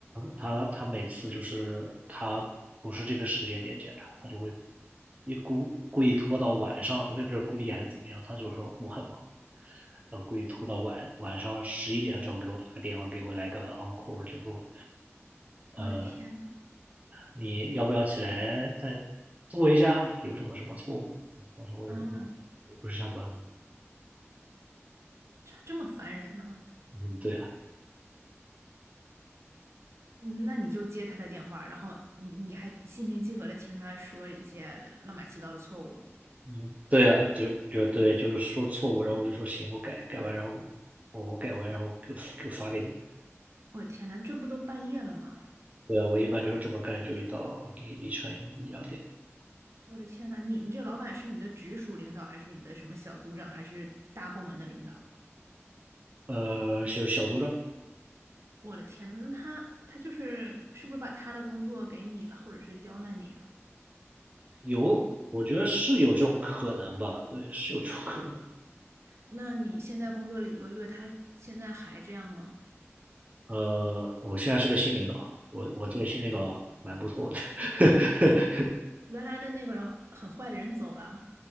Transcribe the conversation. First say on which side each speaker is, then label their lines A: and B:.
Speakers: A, on the right; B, on the right.
A: 他他每次就是他不是这个时间点检查，他就会一故故意拖到晚上，我也不知道故意还是怎么样，他就说我很忙，然后故意拖到晚晚上十一点的时候给我打个电话，给我来个 encore，就说，呃，
B: 我的天呐，
A: 你要不要起来再做一下？有什么什么错误？啊当时我是
B: 哦，
A: 我不是下班吗？
B: 这这么烦人呢？
A: 嗯，对啊，
B: 嗯，那你就接他的电话，然后你你还心平气和的听他说一些乱码七糟的错误。
A: 嗯，对啊，就就对，就是说错误，然后我就说行，我改改完，然后我我改完，然后给给发给你。
B: 我的天呐，这不都半夜了吗？
A: 对啊，我一般就是这么干，就一到一一晨一两点。
B: 我的天呐，你你这老板是你的直属领导，还是你的什么小组长，还是大部门的领导？
A: 呃，就小组长
B: 我的天，那他他就是是不是把他的工作给你了，或者是刁难你啊？
A: 有，我觉得是有这种可能吧，对，是有这种可能。
B: 那你现在工作了一个月，他现在还这样吗？
A: 呃，我现在是个新领导啊，我我这个新领导蛮不错的，<laughs>
B: 哦，原来的那个人很坏的人走了。